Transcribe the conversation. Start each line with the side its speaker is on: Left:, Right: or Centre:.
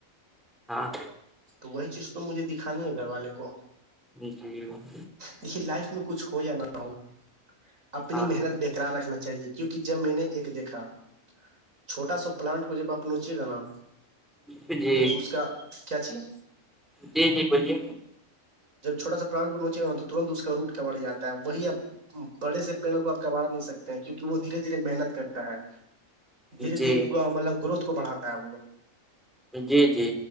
Centre: ہاں
Right: تو وہی چیز تو مجھے دکھانی ہے گھر والے کو
Centre: نیچ یہ بات
Right: لیکے لائف میں کچھ ہو یا نہ ہو اپنی
Centre: ہاں
Right: محنت بقرار رکھنا چاہیے کیونکہ جب میں نے ایک دیکھا چھوٹا سا پلانٹ کو جب آپ نچیے گا نا
Centre: جی
Right: تو اس کا کیا چاہیے
Centre: جی جی بولیے
Right: جب چھوا سا پرانٹ پ ننچے گا تو ترنت اس کا روٹ کمڑ جاتا ہے وہی اب بڑے سے پیڑوں کو آپ کبا نہیں سکتے ہیں کیونکہ وہ دھیرے دھیرے محنت کرتا ہے دھیرے
Centre: جی
Right: دھیرے مطلب گروتھ کو بڑھاتا ہے وہ
Centre: جی جی